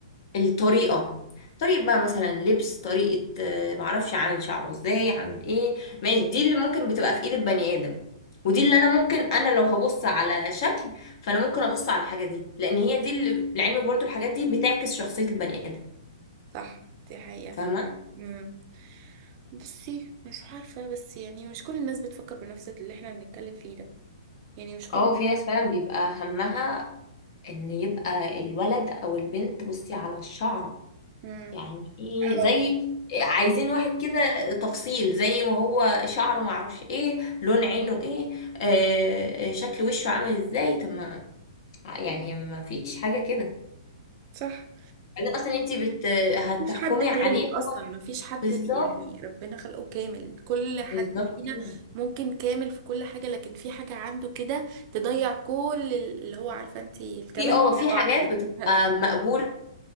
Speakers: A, on the left; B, on the right.
A: الطريقة طريقة بقى مثلا لبس طريقة آه، معرفش عامل شعره ازاي عامل ايه ماشي دي اللي ممكن بتبقى في ايد البني ادم ودي اللي انا ممكن انا لو هبص على شكل فانا ممكن ابص على الحاجة دي لان هي دي اللي لعلمك برضو الحاجات دي بتعكس شخصية البني ادم
B: صح دي حقيقة
A: فاهمة
B: فعلا. امم بصي مش عارفة بس يعني مش كل الناس بتفكر بنفس اللي احنا بنتكلم فيه ده يعني مش كل
A: اه
B: الناس
A: في ناس فعلا بيبقى همها ان يبقى الولد او البنت بصي على الشعرة
B: امم
A: يعني ايه
B: اه
A: زي عايزين واحد كده تفصيل زي ما هو شعره معرفش ايه لون عينه ايه آه آه، شكل وشه عامل ازاي طب ما يعني ما فيش حاجة كده
B: صح
A: بعدين اصلا انت بت هتحكمي
B: مفيش حد كامل
A: عليه هو
B: اصلا مفيش حد
A: بالظبط
B: يعني ربنا خلقه كامل كل حد
A: بالظبط
B: فينا
A: كده
B: ممكن كامل في كل حاجة لكن في حاجة عنده كده تضيع كل اللي هو عارفة انت الكمال
A: في اه
B: بتاعه
A: في حاجات
B: واحد
A: بتبقى
B: <laughs>
A: مقبولة